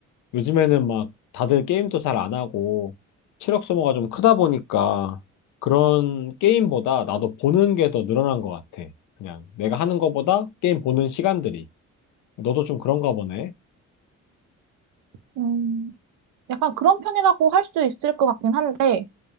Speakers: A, on the left; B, on the right.
A: 요즘에는 막 다들 게임도 잘 안 하고 체력 소모가 좀 크다 보니까 그런 게임보다 나도 보는 게 더 늘어난 것 같아. 그냥 내가 하는 것보다 게임 보는 시간들이. 너도 좀 그런가 보네.
B: 음, 약간 그런 편이라고 할 수 있을 것 같긴 한데